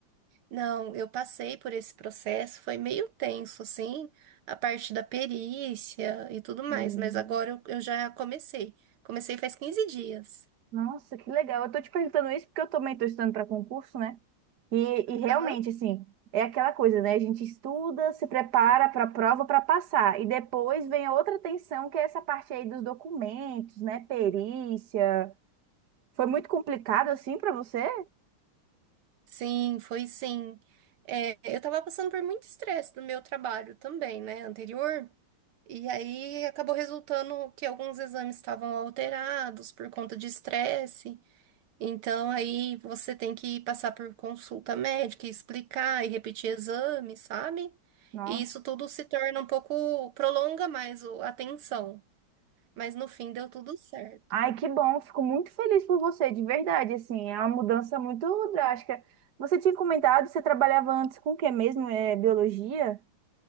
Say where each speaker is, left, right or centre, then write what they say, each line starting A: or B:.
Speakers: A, on the right; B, on the right.
A: Não, eu passei por esse processo, foi meio tenso, assim, a parte da perícia e tudo mais,
B: Hum,
A: mas agora eu, eu já comecei. Comecei faz 15 dias.
B: Nossa, que legal. Eu tô te perguntando isso porque eu também tô estudando para concurso, né? E, e realmente,
A: Aham.
B: assim, é aquela coisa, né? A gente estuda, se prepara para a prova para passar. E depois vem a outra tensão, que é essa parte aí dos documentos, né? Perícia. Foi muito complicado assim para você?
A: Sim, foi sim. É, eu tava passando por muito estresse no meu trabalho também, né, anterior, e aí acabou resultando que alguns exames estavam alterados por conta de estresse, Então aí você tem que passar por consulta médica, e explicar e repetir exames, sabe?
B: Nossa.
A: E isso tudo se torna um pouco, prolonga mais o- a atenção. Mas no fim deu tudo certo.
B: Ai, que bom, fico muito feliz por você, de verdade, assim, é uma mudança muito drástica. Você tinha comentado, você trabalhava antes com o que mesmo? É biologia?